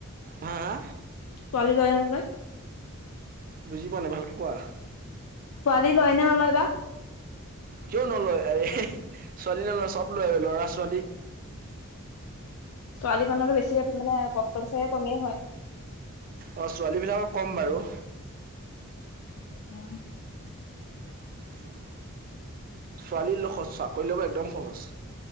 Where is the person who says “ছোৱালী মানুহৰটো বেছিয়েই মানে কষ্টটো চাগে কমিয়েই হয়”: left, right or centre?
Left